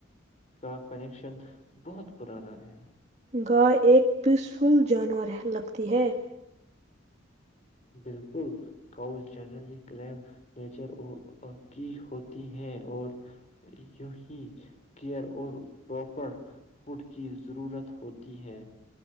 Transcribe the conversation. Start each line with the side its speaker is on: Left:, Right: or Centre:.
Left: کا کنیکشن بہت پرانا ہے
Right: گائے ایک پیسفل جانور لگتی ہے
Left: بالکل کاؤز جنرلی کلیم نیچر کی ہوتی ہے اور یوںی کیئر اور پراپر فوڈ کی ضرورت ہوتی ہے